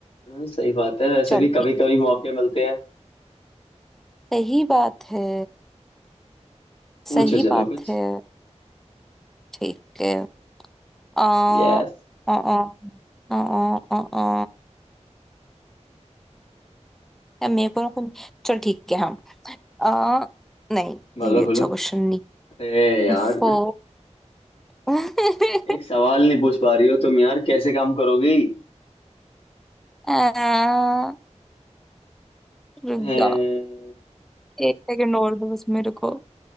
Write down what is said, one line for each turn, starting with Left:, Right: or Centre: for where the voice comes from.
Left: हाँ, सही बात है वैसे
Centre: चल
Left: भी कभी
Centre: ठीक
Left: कभी मौके मिलते हैं
Centre: सही बात है
Left: पूछो
Centre: सही
Left: चलो
Centre: बात
Left: कुछ
Centre: है ठीक है आ
Left: यस
Centre: आ आ आ आ आ आ मेरे को ना कोई- चल ठीक है हम आ नहीं
Left: बोलो
Centre: ये भी अच्छा
Left: बोलो
Centre: क्वेश्चन नहीं
Left: अरे यार
Centre: फो <laughs>
Left: एक सवाल नहीं पूछ पा रही हो तुम यार कैसे काम करोगी
Centre: आ, रुक
Left: अ,
Centre: जाओ एक सेकंड और दो बस मेरे को